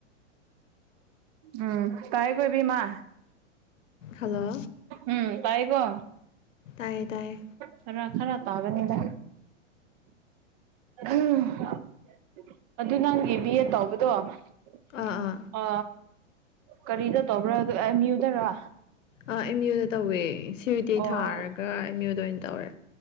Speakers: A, on the right; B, on the left.
A: ꯎꯝ ꯇꯥꯏꯌꯦꯀꯣ ꯏꯕꯦꯝꯃ
B: ꯍꯜꯂꯣ
A: ꯎꯝ ꯇꯥꯏꯀꯣ
B: ꯇꯥꯏꯌꯦ ꯇꯥꯏꯌꯦ
A: ꯈꯔ ꯈꯔ ꯇꯥꯒꯅꯤꯗ <unintelligible> ꯑꯗꯨ ꯅꯪꯒꯤ ꯕꯤ ꯑꯦꯠ ꯇꯧꯕꯗꯣ ꯑ
B: ꯑꯥ ꯑꯥ
A: ꯀꯔꯤꯗ ꯇꯧꯕ꯭ꯔꯥ ꯑꯗꯨ ꯃꯦꯝꯌꯨꯗꯔ
B: ꯑꯥ ꯑꯦꯝ ꯌꯨꯗ ꯇꯧꯋꯦ ꯁꯤ ꯌꯨ ꯏ ꯇꯤ
A: ꯑꯣ
B: ꯊꯥꯔꯒ ꯑꯦꯝ ꯌꯨꯗ ꯑꯣꯏꯅ ꯇꯧꯔꯦ